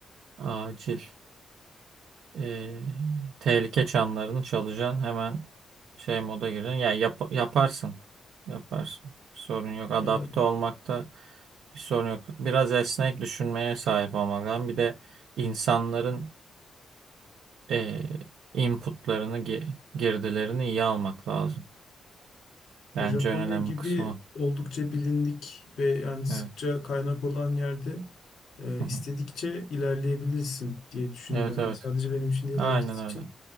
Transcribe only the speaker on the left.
Ya
E, Japonya
gibi
oldukça bilindik ve yani sıkça
kaynak olan yerde e,
istedikçe
ilerleyebilirsin diye düşünüyorum.
Yani sadece benim için değil
herkes
için